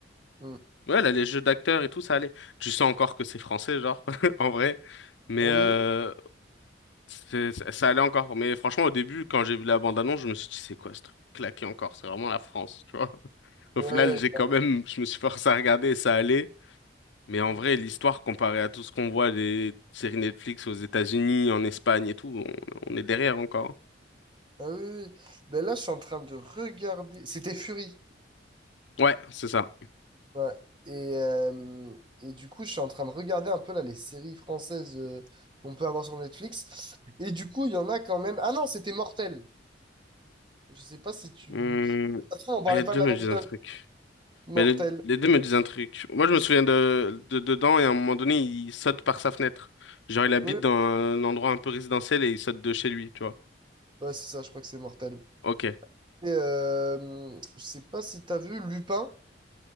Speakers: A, on the right; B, on the left.
A: Hmm.
B: Ouais, là, les jeux d'acteurs et tout, ça allait. Tu sens encore que c'est français, genre, <laughs> en vrai. Mais
A: Ah
B: euh,
A: oui,
B: c'est- ça ça allait encore. Mais franchement, au début, quand j'ai vu la bande-annonce, je me suis dit, c'est quoi ce truc claqué encore? C'est vraiment la France, tu vois. Au
A: oui,
B: final,
A: ouais,
B: j'ai quand
A: ouais.
B: même, je me suis forcé à regarder et ça allait. Mais en
A: Hmm.
B: vrai, l'histoire, comparée à tout ce qu'on voit des séries Netflix aux États-Unis, en Espagne et tout, on, on est derrière encore.
A: Ah oui, oui. oui. Ben là, je suis en train de regarder. C'était Fury.
B: hein. Ouais, c'est ça.
A: Ouais. Et, euh, et du coup, je suis en train de regarder un peu là les séries françaises euh, qu'on peut avoir sur Netflix. Et du coup, il y en a quand même. Ah non, c'était Mortel. Je sais pas si tu.
B: Hmm,
A: De toute façon, on parlait
B: les deux
A: pas de la
B: me disent
A: même
B: un
A: chose.
B: truc.
A: Mortel.
B: Mais le- les deux me disent un truc. Moi, je me souviens de, de dedans et à un moment donné, il saute par sa fenêtre. Genre, il habite
A: Oui.
B: dans un endroit un peu résidentiel et il saute de chez lui, tu vois.
A: Ouais, c'est ça, je crois que c'est Mortel.
B: Ok.
A: Et euh, je sais pas si t'as vu Lupin.